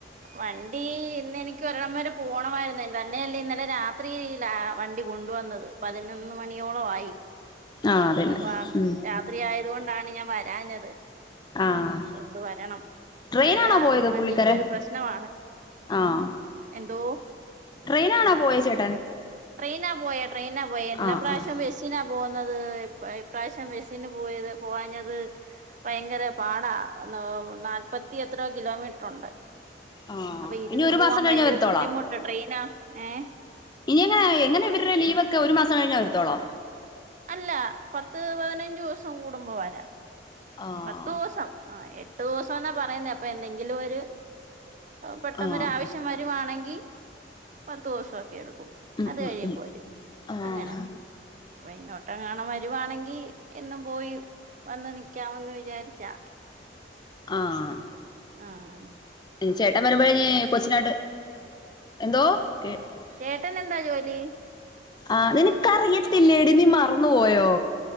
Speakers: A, on the right; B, on the left.
A: വണ്ടി ഇന്ന് എനിക്ക് ഒരിടം വരെ പോണമാരുന്നു തന്നെല്ല ഇന്നലെ രാത്രി- ലാവണ്ടി കൊണ്ടുവന്നത് പതിനൊന്ന് മണിയോളം ആയി
B: ആഹ് അതന്നെ
A: അ വാം
B: ഉം
A: രാത്രി ആയത് കൊണ്ടാണ് ഞാൻ വരാഞ്ഞത്
B: ആഹ്
A: കൊണ്ടുവരണം
B: ട്രെയിനാണോ
A: മഴ
B: പോയത്
A: വണ്ടിക്കൊരു
B: പുള്ളിക്കാരൻ
A: പ്രശ്നമാണ്
B: ആഹ്
A: എന്തോ
B: ട്രെയിനാണോ പോയേ ചേട്ടൻ
A: ട്രെയിനാ പോയേ ട്രെയിനാ പോയെ എല്ലാ
B: ആഹ്
A: പ്രാവശ്യം
B: ആഹ്
A: ബസ്സിനാണ് പോകുന്നത് ഇ ഇഈ പ്രാവശ്യം ബസ്സിന് പോയത് പോവാഞ്ഞത് ഭയങ്കര പാടാ നാൽപ്പത്തി എത്രയോ കിലോമീറ്റർ ഉണ്ട്
B: ആഹ്
A: അപ്പൊ ഇരുന്ന്
B: ഇനി ഒരു
A: പോവാൻ
B: മാസം കഴിഞ്ഞേ
A: ഭയങ്കര
B: വരത്തോളോ
A: ബുദ്ധിമുട്ട് ട്രെയിനാ ഏ
B: ഇനി എങ്ങനെ എങ്ങനെ ഇവരുടെ ലീവ് ഒക്കെ ഒരു മാസം കഴിഞ്ഞ വരുത്തോളോ?
A: അല്ല പത്ത് പതിനഞ്ച് ദിവസം കൂടുമ്പോ വരാം
B: ആഹ്
A: പത്തൂസം ആ എട്ടൂസംന്നാ പറയുന്നേ അപ്പൊ എന്തെങ്കിലും ഒരു പെട്ടെന്നൊരാവശ്യം
B: ആഹ്
A: വരുവാണെങ്കിൽ പത്തൂസംക്കെ എടുക്കും
B: ഉം
A: അത്
B: ഉം
A: കഴിയുമ്പോ
B: ഉം
A: വരും
B: ആഹ്
A: അങ്ങനെ അപ്പൊ ഇങ്ങോട്ടെങ്ങാണം വരുവാണെങ്കി എന്നും പോയി വന്ന് നിക്കാമന്ന് വിചാരിച്ചാ
B: ആഹ്
A: ആഹ ആ
B: ഇനി ചേട്ടൻ വരുമ്പോഴ കൊച്ചിനാട്ട് എന്തോ <unintelligible>
A: ചേട്ടന് എന്താ ജോലി
B: ആ നിനക്ക് അറിയത്തില്ലേടി നീ മറന്നു പോയോ